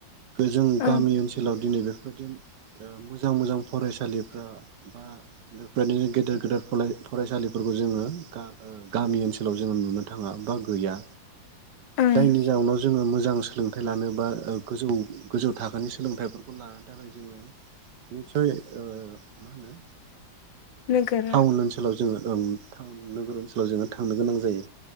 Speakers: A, on the right (about 65°); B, on the left (about 75°).
A: जों
B: औ
A: गामि ओनसोलाव दिनै बेफोरबायदि ओ मो जां मोजां फरायसालिफ्रा बा बेफोरबायदिनो गेदेर गेदेर फराय फरायसालिफोरखौ जोङो गा ओ गामि ओनसोलाव जोङो नुनो थाङा बा गैया।
B: ओं
A: जायनि जाउनाव जोङो मोजां सो लोंथाइ लानो बा ओ गोजौ गोजौ थाखोनि सोलोंथाइफोरखौ लानो थाखाय जोङो सय ओ मा होनो
B: नोगोर
A: टाउन ओनसोलाव जोङो ओं। टाउन नोगोर ओनसोलाव जोङो थांनो गोनां जायो।